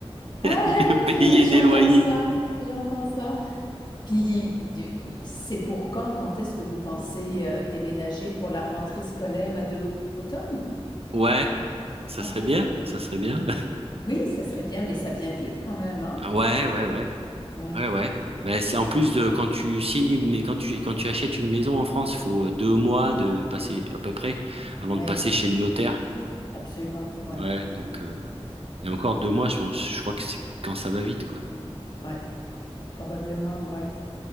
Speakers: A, on the left; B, on the right.
A: Ah,
B: <laughs> de payer
A: <laughs>
B: des
A: j'entends
B: loyers
A: ça, j'entends ça. Puis, du- c'est pour quand, quand est-ce que vous pensez euh, déménager pour la rentrée scolaire là, de l'au- l'automne?
B: ouais ça
A: Ok,
B: serait bien ça serait bien
A: oui, ça serait bien, mais ça vient vite quand même, hein?
B: ouais ouais ouais
A: Ouais,
B: Ouais, ouais. Bah, c'est en plus de quand tu signes une, mais quand tu quand tu achètes une maison en France, faut euh, deux mois de passer à peu près avant
A: ouais,
B: de passer chez le notaire.
A: absolument, ouais,
B: Ouais, donc euh, et encore deux mois, je pense, je crois que c'est quand ça va vite, quoi.
A: ouais, probablement, ouais.